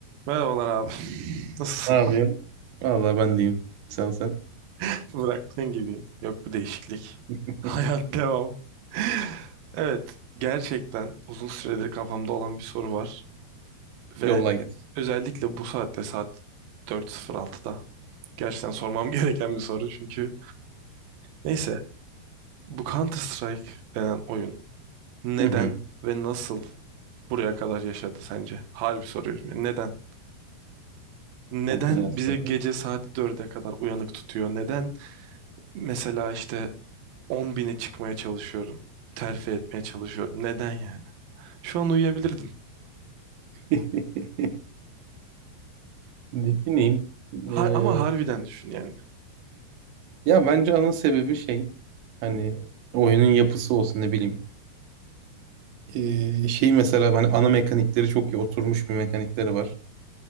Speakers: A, on the right; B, on the right.
A: Merhabalar abi. <laughs> Nasılsın?
B: Ne yapıyorsun? Vallahi ben diyeyim. Sen sen.
A: <laughs> Bıraktığın gibi. Yok bir değişiklik. <laughs>
B: <laughs>
A: Hayat devam. <laughs> Evet, gerçekten uzun süredir kafamda olan bir soru var ve
B: Yolla gel.
A: özellikle bu saatte saat 4.06'da gerçekten sormam <laughs> gereken bir soru çünkü neyse bu Counter Strike denen oyun neden
B: Hı hı.
A: ve nasıl buraya kadar yaşadı sence? Harbi soruyorum. ya. Neden? Neden
B: Çok güzel
A: bizi
B: soru.
A: gece saat 4'e kadar uyanık tutuyor? Neden Mesela işte 10 bine çıkmaya çalışıyorum. Terfi etmeye çalışıyorum. Neden yani? Şu an uyuyabilirdim.
B: <laughs> Düşüneyim.
A: Ha-
B: Ee,
A: ama harbiden düşün yani.
B: ya bence ana sebebi şey hani oyunun yapısı olsun ne bileyim. Ee, şey mesela hani ana mekanikleri çok iyi oturmuş bir mekanikleri var.